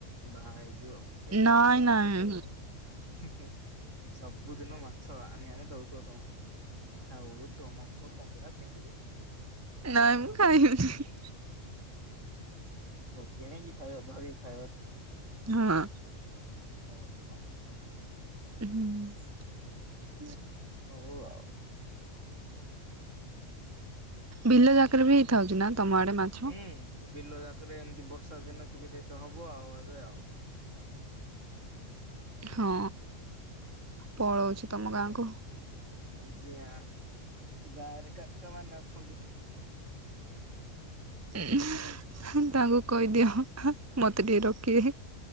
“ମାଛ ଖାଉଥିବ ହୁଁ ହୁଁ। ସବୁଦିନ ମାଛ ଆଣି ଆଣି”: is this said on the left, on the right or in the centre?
Right